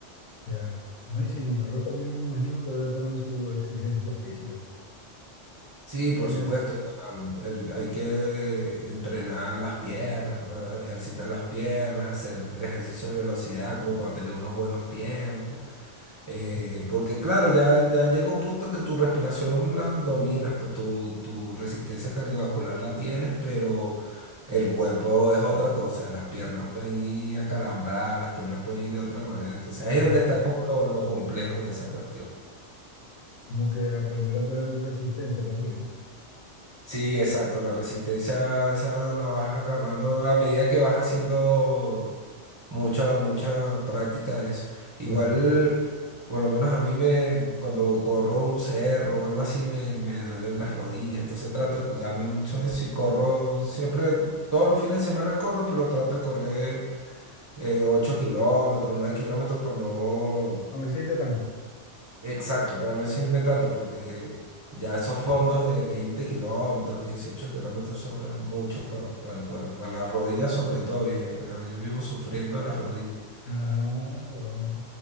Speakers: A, on the left; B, on the right.
A: Ya. No, y sin embargo, también me imagino que debe tener su exigencia física.
B: Sí, por
A: Porque,
B: supuesto, la- el- hay que entrenar las piernas, eh, ejercitar las piernas, hacer ejercicios de velocidad como para tener unos buenos tiempos. Eh,
A: ah,
B: porque claro, ya, ya llega un punto que tu respiración la dominas, pues tu, tu resistencia cardiovascular la tienes, pero el cuerpo es otra cosa, las piernas pueden ir acalambradas, las piernas pueden ir de otra manera. Entonces
A: claro,
B: ahí es donde está como lo, lo complejo de esa cuestión.
A: como que aprender a tener resistencia también,
B: Sí, exacto, la resistencia esa la vas agarrando a medida que vas haciendo mucha, mucha práctica de eso. Igual,
A: Claro.
B: por lo menos a mí me, cuando corro un cerro o algo así, me, me duelen las rodillas, entonces trato de cuidarme mucho de eso y corro siempre, todos los fines de semana corro, pero trato de correr eh, 8 kilómetros, 9 kilómetros para no
A: Ah, No existe tanto.
B: Exacto, para no decirme tanto, porque ya esos fondos de 20 kilómetros, 18 kilómetros, son es mucho para el cuerpo, para las rodillas sobre todo, y eh, ah, yo vivo sufriendo de las rodillas.
A: Ah, broma.